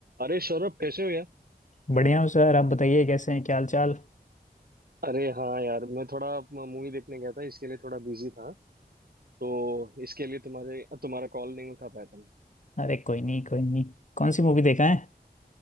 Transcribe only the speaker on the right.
अरे सौरभ कैसे हो यार
अरे हाँ यार मैं थोड़ा मूवी देखने गया था इसके लिए थोड़ा बिजी था तो इसके लिए तुम्हारे तुम्हारा कॉल नहीं उठा पाया था मैं